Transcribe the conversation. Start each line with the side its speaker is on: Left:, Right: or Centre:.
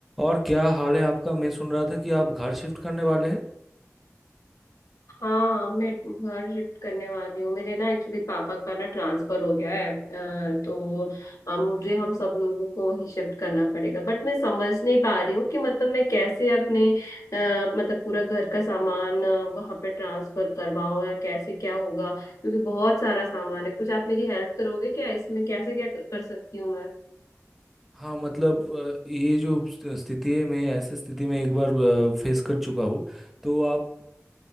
Centre: और क्या हाल है आपका मैं सुन रहा था कि आप घर शिफ्ट करने वाले हैं
Left: हाँ मैं घर शिफ्ट करने वाली हूँ मेरे ना एक्चुअली पापा का ना ट्रांसफर हो गया है अ, तो अ, मुझे हम सब लोगों को ही शिफ्ट करना पड़ेगा बट मैं समझ नहीं पा रही हूँ कि मतलब मैं कैसे अपने अ, मतलब पूरा घर का सामान अ, वहाँ पे ट्रांसफर करवाऊँ या कैसे क्या होगा क्योंकि बहुत सारा सामान है कुछ आप मेरी हेल्प करोगे क्या इसमें कैसे क्या कर सकती हूँ मैं
Centre: हाँ मतलब अ, ये जो स्थ- स्थिति है मैं ऐसी स्थिति में एक बार फेस कर चुका हूँ तो आप